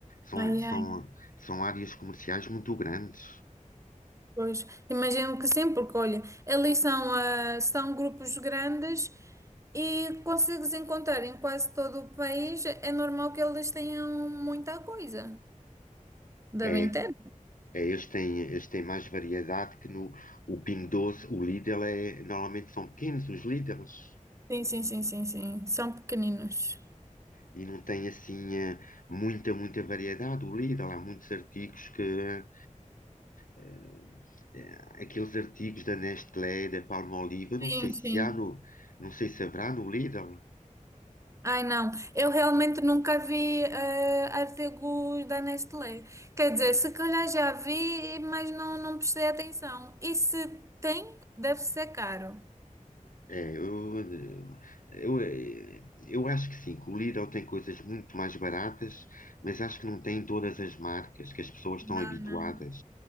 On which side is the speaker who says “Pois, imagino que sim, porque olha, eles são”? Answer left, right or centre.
Right